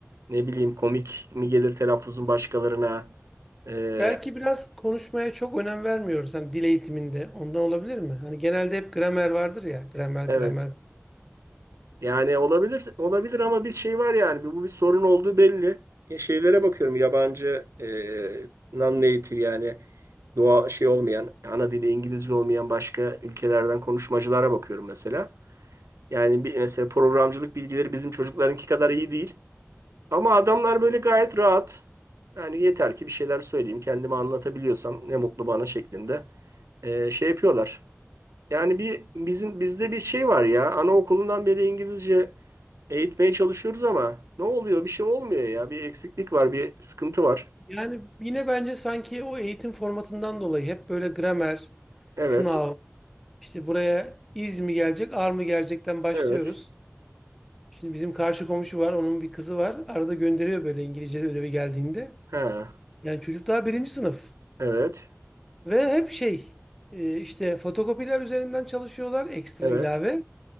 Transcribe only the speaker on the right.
Ne bileyim komik mi gelir telaffuzun başkalarına. E,
evet. Yani olabilir olabilir ama bir şey var yani bu bir sorun olduğu belli. E, şeylere bakıyorum yabancı e, non-native yani doğa şey olmayan ana dili İngilizce olmayan başka ülkelerden konuşmacılara bakıyorum mesela. Yani bir mesela programcılık bilgileri bizim çocuklarınki kadar iyi değil. Ama adamlar böyle gayet rahat. Yani yeter ki bir şeyler söyleyeyim, kendimi anlatabiliyorsam ne mutlu bana şeklinde e, şey yapıyorlar. Yani bir bizim bizde bir şey var ya anaokulundan beri İngilizce Eğitmeye çalışıyoruz ama ne oluyor? Bir şey olmuyor ya. Bir eksiklik var, bir sıkıntı var.
Evet,
evet,
ha,
evet,
evet,